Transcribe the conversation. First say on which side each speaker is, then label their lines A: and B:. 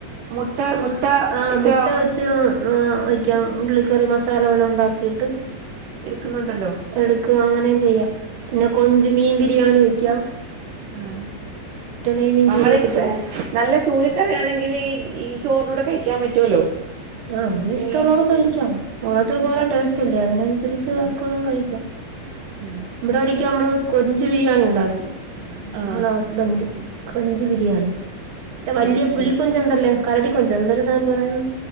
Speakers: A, on the right; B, on the right.
A: മുട്ട
B: ആ
A: മുട്ട
B: ആ
A: ഇട്ട
B: മുട്ട വെച്ചും ആ കം ഉള്ളിക്കറി മസാല പോലെ ഉണ്ടാക്കിയിട്ട്
A: എടുക്കുന്നുണ്ടല്ലോ
B: എടുക്കുക അങ്ങനെയും ചെയ്യാം പിന്നെ കൊഞ്ച് മീൻ ബിരിയാണി വെക്ക
A: ആ
B: നെയ്മീൻ
A: നമ്മളക്ക്പ്പ
B: ചൂരയൊക്കെ കിട്ടുമ്പോ
A: നല്ല ചൂല കരിയാണെങ്കിൽ ഈ ഈ ചോറിൻ്റെ കൂടെ കഴിക്കാൻ പറ്റുവല്ലോ
B: ആ അവര് ഇഷ്ടമുള്ളവർ
A: നല്ല
B: കഴിക്കാം ഓരോത്തർക്ക് ഓരോ ടേസ്റ്റ് ഇല്ലേ അതിനനുസരിച്ച്
A: ആഹ്
B: ആർക്ക് വേണോ കഴിക്കാം
A: ഉം
B: ഇവിടെ ഒരിക്കും നമ്മള് കൊഞ്ച് ബിരിയാണി ഉണ്ടാക്കി നമ്മള
A: ആഹ്
B: ഹസ്ബന്ഡ് കൊഞ്ച് ബിരിയാണി വലിയ
A: ആഹ്
B: പുലി
A: ഉം
B: കൊഞ്ചം ഉണ്ടല്ലോ കരടി കൊഞ്ചോ എന്താ അതിന് പറയുന്നത്